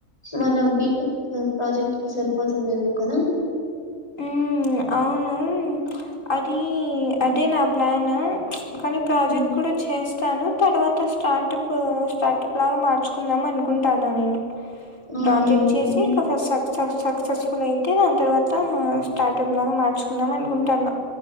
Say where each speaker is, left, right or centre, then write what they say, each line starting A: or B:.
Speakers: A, on the left (about 20°); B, on the left (about 65°).
A: మన బీటెక్ ప్రాజెక్ట్ కి సరిపోతుందేమో కదా
B: ఉ అవును అది అదే నా ప్లాన్ కానీ ప్రాజెక్ట్
A: హ్మ్.
B: కూడా చేస్తాను తర్వాత అ స్టార్టప్ స్టార్టప్ లాగా మార్చుకుందాం అనుకుంటాన్న నేను
A: హ్మ్.
B: ప్రాజెక్ట్ చేసి
A: హ్మ్.
B: ఇక చస్తాం స సస్ సక్సెస్ పుల్ అయితే ఎంత వ అంత స్టార్టింగ్ లాగా మార్చుకుందాం అనుకుంటాను